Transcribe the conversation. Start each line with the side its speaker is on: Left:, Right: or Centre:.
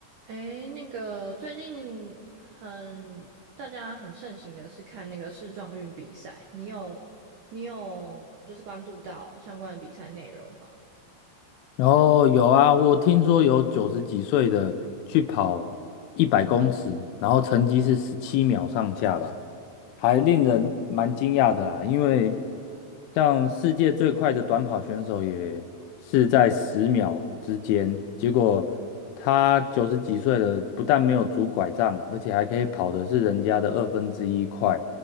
Right: 诶，那个最近很大家很盛行的是看那个世壮运比赛，你有你有就是关注到相关的比赛内容吗？
Left: 然后有啊，我听说有九十几岁的去跑一百公尺，然后成绩是十七秒上下吧，还令人蛮惊讶的啦。因为像世界最快的短跑选手也是在十秒之间，结果他九十几岁了，不但没有拄拐杖，而且还可以跑的是人家的二分之一快。